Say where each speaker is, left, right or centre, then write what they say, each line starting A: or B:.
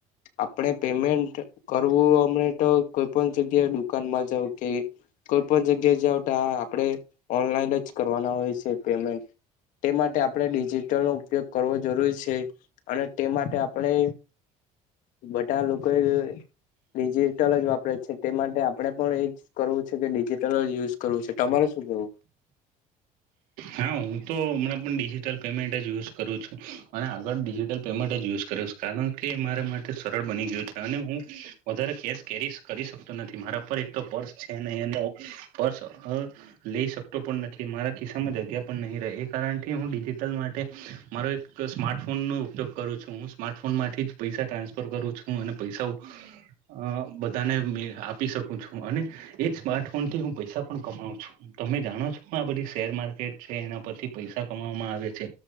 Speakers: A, on the left; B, on the right.
A: આપડે પેમેન્ટ કરવું અમને તો કોઈ પણ જગ્યાએ દુકાનમાં જાવ કે કોઈ પણ જગ્યા જાવ તો આપડે ઓનલાઈન જ કરવાના હોય છે પેમેન્ટ તે માટે આપડે ડિજિટલનો ઉપયોગ કરવો જરૂરી છે અને તે માટે આપડે બધા લોકો એ ડિજીટલ જ વાપરે છે એ માટે આપડે પણ એજ કરવું છે કે ડિજિટલ જ યુઝ કરવું છે તમારે શું કેવું?
B: હા હું તો હમણાં પણ ડિજિટલ પેમેન્ટ જ યુઝ કરું છું અને આગળ ડિજિટલ પેમેન્ટ જ યુઝ કરું છું કારણ કે મારા મા ટે સરળ બની ગયું છે અને હું વધારે કેશ કેરી કરી શકતો નથી મારા પર એક તો પર્સ છે. લઈ શકતો પણ નથી મારા ખિસ્સામાં જગ્યા પણ નહીં રહે એ કારણ કે હું ડિજિટલ માટે મારો એક સ્માર્ટફોન નો ઉપયોગ કરું છું હું સ્માર્ટફોન થી જ પૈસા ટ્રા સફર કરું છું અને પૈસા બધાને આપી શકું છું અને એજ સ્માર્ટ ફોનથી હું પૈસા પણ કમાવું છું તમે જાણો છો આ બધી શેર માર્કેટ છે એના પરથી પૈસા કમવામાં આવે છે